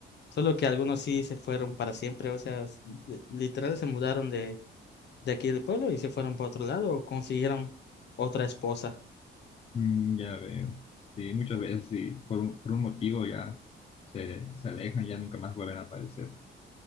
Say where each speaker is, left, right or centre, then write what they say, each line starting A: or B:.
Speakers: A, on the left (about 60°); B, on the left (about 30°).
A: solo que algunos sí se fueron para siempre, o sea, s- de- literal se mudaron de, de aquí del pueblo y se fueron para otro lado o consiguieron otra esposa
B: Mm, ya veo. Sí, muchas veces sí, por un, por un motivo ya se, se alejan, ya nunca más vuelven a aparecer.